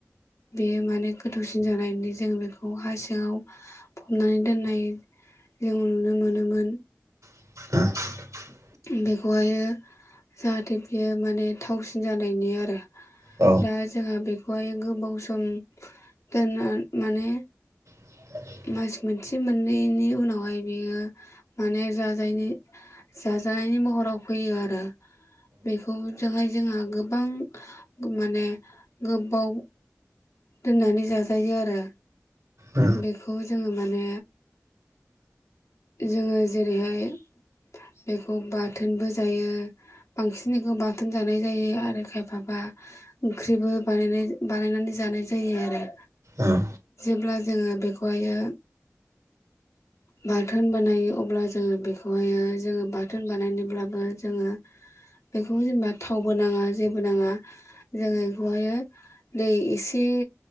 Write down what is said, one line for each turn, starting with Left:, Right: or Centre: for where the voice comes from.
Left: बेयो माने गोथावसिन जानायनि जों बेखौ हा सिङाव फबनानै दोननाय जों नुनो मोनोमोन।
Right: <unintelligible>
Left: बेखौ हायो जाहाथे बियो माने थावसिन जानायनि आरो।
Right: औ
Left: दा जोंहा बेखौ बेखौहाय गोबाव सम दोनना माने
Right: <unintelligible>
Left: मास मोनसे मोननैनि उनाव हाय बियो माने जाजायनि जाजानायनि महराव फैयो आरो बेखौ जोंहाय जोंहा गोब गोबां माने गोबाव दोननानै जाजायो आरो।
Right: औ
Left: बेखौ जोङो माने जोङो जेरैहाय बेखौ बाथोनबो जायो बांसिनैखौ बाथोन जानाय जायो आरो खायफाबा ओंख्रिबो बानायनाय बानायनानै जानाय जायो आरो।
Right: औ।
Left: जेब्ला जोङो बेखौ हायो बाथोन बानायो अब्ला जोङो बेखौहायो जोङो बाथोन बानायनो ब्लाबो जोङो बेखौ जेनेबा थावबो नाङा जेबो नाङा जोङो बेखौहाय दै एसे